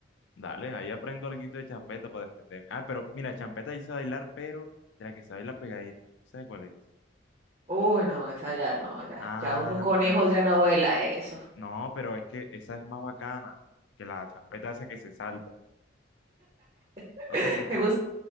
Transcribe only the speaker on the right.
Uy, no, esa ya no, ya,
ya uno con
hijos
ya no baila eso.
<laughs>
Me gusta,